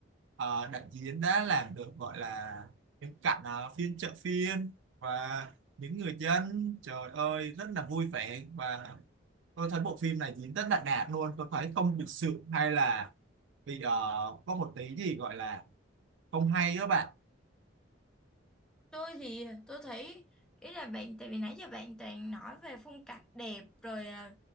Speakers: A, on the right; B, in the centre.
A: ờ, đạo diễn đã làm được gọi là những cảnh ờ, phiên chợ phiên và những người dân trời ơi rất là vui vẻ và tôi thấy bộ phim này diễn rất là đạt luôn tôi thấy không lịch sự hay là bị ờ, có một tí gì gọi là không hay các bạn
B: tôi thì tôi thấy ý là bạn tại vì nãy giờ bạn toàn nói về phong cảnh đẹp rồi ờ,